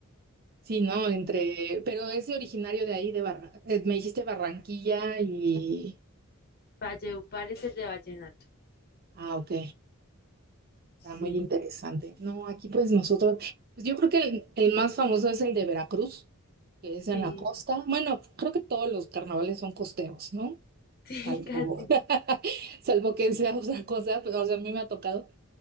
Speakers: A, on the right (about 45°); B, on the left (about 45°).
A: Sí, ¿no? Entre, pero es originario de ahí, de Barra... eh, me dijiste Barranquilla y...
B: Valleupar es el de vallenato.
A: Ah, ok. Está
B: Sí,
A: muy interesante. No, aquí pues nosotros, pues yo creo que el, el más famoso es el de Veracruz, que es
B: sí,
A: en la costa. Bueno, creo que todos los carnavales son costeros, ¿no?
B: <laughs> sí,
A: Salvo,
B: casi.
A: <laughs> salvo que sea otra cosa, pero o sea, a mí me ha tocado